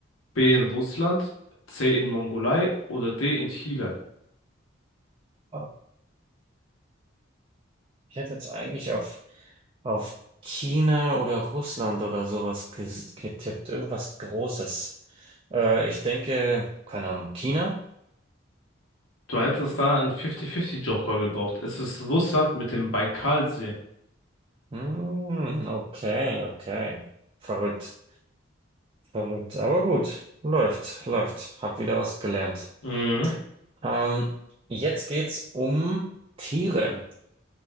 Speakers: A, on the left (about 85°); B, on the right (about 25°).
A: B in Russland, C in Mongolei oder D in Chile?
B: Aber Ich hätte jetzt eigentlich auf auf China oder Russland oder sowas ges- getippt. Irgendwas Großes. Äh, ich denke, keine Ahnung, China?
A: Du hättest da einen 50-50-Joker gebraucht. Es ist Russland mit dem Baikalsee.
B: Hm, okay, okay. Verrückt, verrückt. Aber gut, läuft, läuft. Hab wieder was gelernt.
A: Mhm.
B: Ähm, jetzt geht's um Tiere.